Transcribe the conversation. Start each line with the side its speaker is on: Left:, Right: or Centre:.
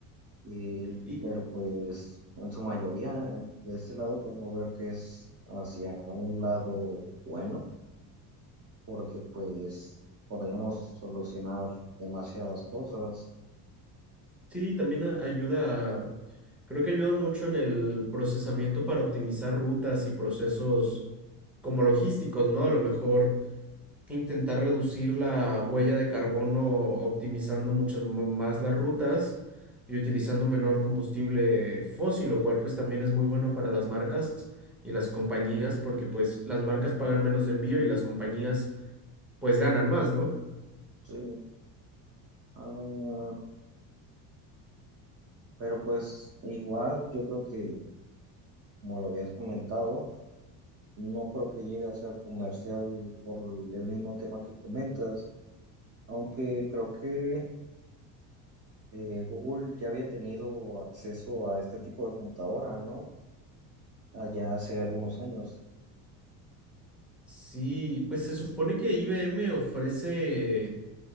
Right: Y,
Centre: Y
Right: pero pues en su mayoría, eh, de este lado podemos ver que es hacia un lado bueno, porque pues podríamos solucionar demasiadas cosas.
Centre: sí, también a- ayuda, a- creo que ayuda mucho en el procesamiento para optimizar rutas y procesos como logísticos, ¿no? A lo mejor intentar reducir la huella de carbono optimizando muchas m- más las rutas y utilizando menor combustible fósil, lo cual pues también es muy bueno para las marcas y las compañías porque pues las marcas pagan menos de envío y las compañías pues ganan más, ¿no?
Right: Sí, ah, pero pues igual yo creo que, como lo habías comentado, no creo que llegue a ser comercial por el mismo tema que comentas Aunque creo que eh, Google ya había tenido acceso a este tipo de computadora, ¿no? Allá hace algunos años.
Centre: Sí, pues se supone que IBM ofrece